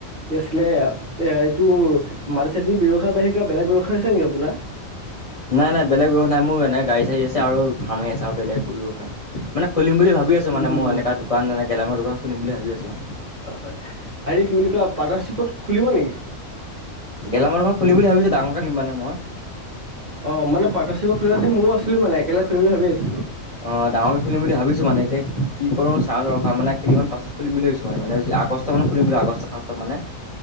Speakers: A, on the right (about 35°); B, on the left (about 35°).
A: কি আছিলে এ এইটো। মাটি চাতি ব্যৱসায় বাহিৰা কিবা বেলেগ ব্যৱসায় আছে নেকি আপোনাৰ।
B: নাই নাই বেলেগ ব্যৱসায় নাই মোৰ এনে গাড়ী চাঢ়ী আছে আৰু ফাৰ্মে আছে আৰু বেলেগ একো ব্যৱসায় নাই। মানে খুলিম বুলি ভাবি আছো
A: উম
B: মানে মোৰ
A: উম
B: এনেকা দোকান এনে গেলামৰ দোকান খুলিম বুলি ভাবি আছো ম।
A: হয় হয় হেৰি কি বুলি কয় পাৰ্টনাৰশ্বিপত খুলিব নেকি।
B: গেলামালৰ দোকান খুলি বুলি ভাবছো ডাঙৰকে নিম মানে মই।
A: অ', মানে পাৰ্টাৰশ্বিক খুলে যদি মো আছিলো মানে একেলগ খুলি বুলি ভাবি আছিলো।
B: অ', ডাঙকে খুলিম বুলি ভাবিছো মানে এতিয়া। কি কৰো চাই লও মানে কিদিন মান পাচত খুলিম বুলি ভাবিছো মানে আগষ্ট মানে খুলিম বুলি আগষ্ট ফ্ৰষ্টতত মানে।